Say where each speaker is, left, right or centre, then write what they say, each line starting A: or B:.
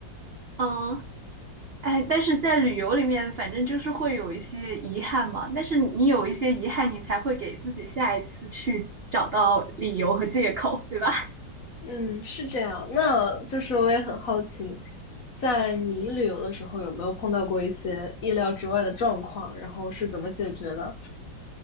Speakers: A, on the right (about 75°); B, on the left (about 60°).
A: 嗯。哎，但是在旅游里面，反正就是会有一些遗憾嘛。但是你有一些遗憾，你才会给自己下一次去找到理由和借口，对吧？
B: 嗯，是这样。那就是我也很好奇，在你旅游的时候有没有碰到过一些意料之外的状况，然后是怎么解决的？